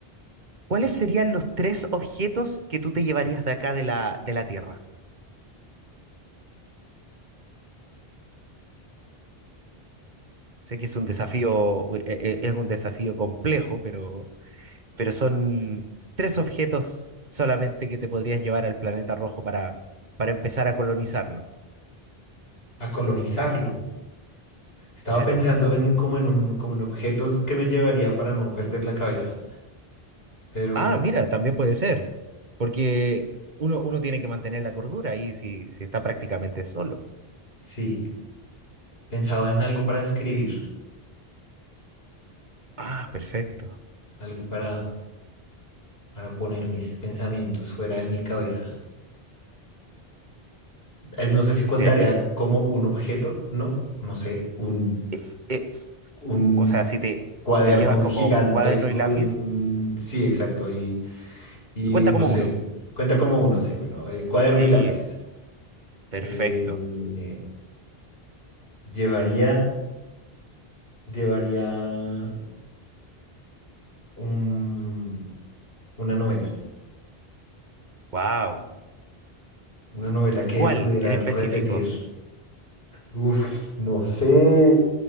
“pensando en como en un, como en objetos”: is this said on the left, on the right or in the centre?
Left